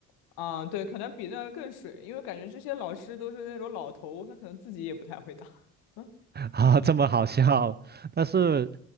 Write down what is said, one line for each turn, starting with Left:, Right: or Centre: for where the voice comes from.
Left: 啊、对，可能比那更水，因为感觉这些老师都是那种老头，他可能自己也不太会打。<laughs>
Right: <laughs> 啊，这么好笑。但是